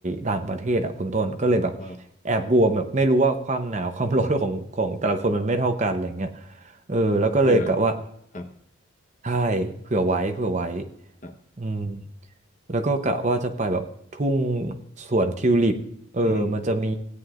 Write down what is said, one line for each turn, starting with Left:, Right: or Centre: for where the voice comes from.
Right: ต่างประเทศอ่ะคุณต้นก็เลยแบบ
Left: ครับ
Right: แอบกลัวแบบไม่รู้ว่าความหนาวความร้อนของของแต่ละคนมันไม่เท่ากันอะไรเงี้ยเออแล้วก็เลยกะว่า
Left: เผื่อครับ
Right: ใช่เผื่อไว้เผื่อไว้
Left: ครับ
Right: อืมแล้วก็กะว่าจะไปแบบทุ่งสวนทิวลิปเออมันจะมี
Left: อืม